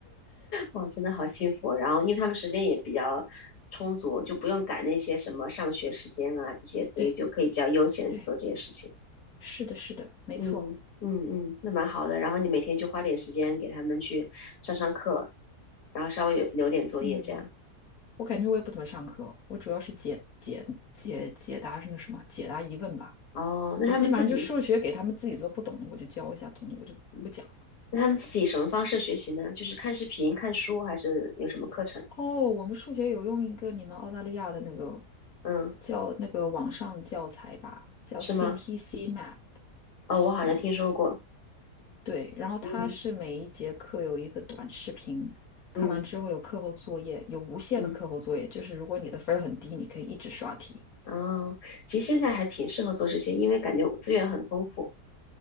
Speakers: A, on the left; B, on the left.
A: 哇，真的好幸福哦。然后，因为他们时间也比较充足，就不用赶那些什么上学时间啊这些，所以就可以比较悠闲的去做这些事情。
B: 对对，是的，是的，没错，
A: 嗯嗯嗯，那蛮好的。然后你每天就花点时间给他们去上上课，然后稍微有留点作业这样。
B: 嗯。我感觉我也不怎么上课，我主要是解解解解答是那什么，解答疑问吧。
A: 哦，那他们自己，
B: 我基本上就数学给他们自己做不懂的，我就教一下；懂的我就不讲了。
A: 嗯，那他们自己什么方式学习呢？就是看视频、看书，还是有什么课程？
B: 哦，我们数学有用一个你们澳大利亚的那个
A: 嗯，
B: 叫那个网上教材吧，叫
A: 是吗？
B: CTC Math。
A: 哦，我好像听说过。
B: 嗯，对，然后它是每一节课有一个短视频，
A: 嗯
B: 看完之后有课后作业，
A: 嗯
B: 有无限的课后作业，
A: 嗯。
B: 就是如果你的分儿很低，你可以一直刷题。
A: 嗯，其实现在还挺适合做这些，因为感觉资源很丰富。